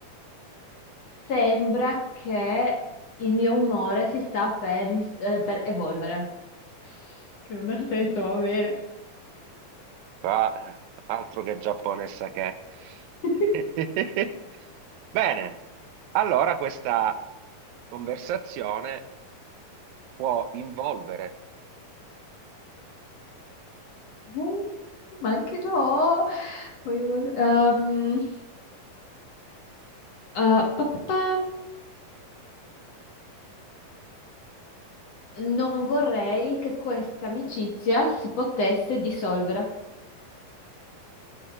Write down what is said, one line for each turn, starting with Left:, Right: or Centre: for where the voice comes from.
Left: Sembra che il mio umore si sta per, ris- eh, per evolvere. Che non ha senso, va bene.
Right: Qua, altro che Giappone, sa che.
Left: <laughs>
Right: <laughs> Bene, allora questa conversazione può involvere,
Left: Mm, Ma anche no. Voglio- Ehm, eh, pa- pa- pa. Non vorrei che questa amicizia si potesse dissolvere.